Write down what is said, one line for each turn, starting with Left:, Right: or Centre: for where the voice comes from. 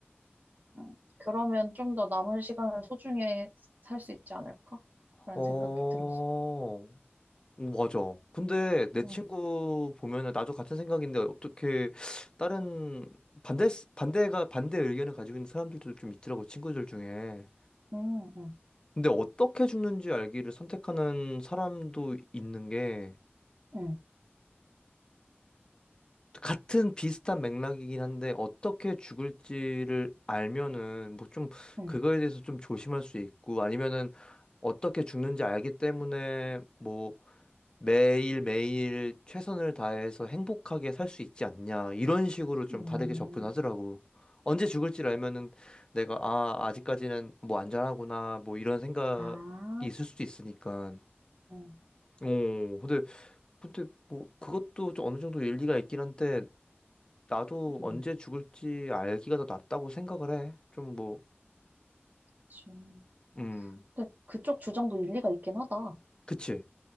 Right: 응. 그러면 좀 더 남은 시간을 소중히 살 수 있지 않을까? 라는
Left: 어.
Right: 생각이 들었어.
Left: 오, 맞아. 근데 내
Right: 응,
Left: 친구 보면은 나도 같은 생각인데 어떻게 다른 반대 반대가 반대 의견을 가지고 있는 사람들도 좀 있더라고 친구들 중에.
Right: 응, 응,
Left: 근데 어떻게 죽는지 알기를 선택하는 사람도 있는 게
Right: 응,
Left: 같은 비슷한 맥락이긴 한데 어떻게 죽을지를 알면은 뭐 좀
Right: 응.
Left: 그거에 대해서 좀 조심할 수 있고 아니면은 어떻게 죽는지 알기 때문에 뭐 매일매일 최선을 다해서 행복하게 살 수 있지 않냐. 이런 식으로 좀
Right: 음.
Left: 다르게 접근하더라고. 언제 죽을지를 알면은 내가, 아, 아직까지는 뭐 안전하구나. 뭐 이런 생각이
Right: 아,
Left: 있을 수도 있으니까.
Right: 응,
Left: 오, 근데, 근데 뭐 그것도 좀 어느 정도 일리가 있긴 한데, 나도
Right: 응.
Left: 언제 죽을지 알기가 더 낫다고 생각을 해. 좀 뭐,
Right: 지금.
Left: 음,
Right: 근데 그쪽 주장도 일리가 있긴 하다.
Left: 그치.